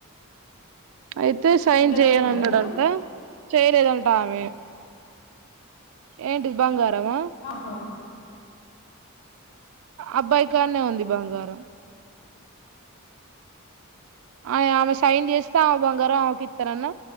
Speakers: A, on the right; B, on the left.
A: అయితే సైన్
B: వీళ్ళ
A: చెయను
B: దగ్గరనే ఉందా
A: అన్నాడంట
B: ఇప్పుడు
A: చేయలేదంటా ఆమె ఏంటిది బంగారమా
B: ఆహా
A: అబ్బాయి కానే ఉంది బంగారం ఆ ఆమె సైన్ చేస్తే ఆమె బంగారం మా అమ్మకి ఇస్తారంట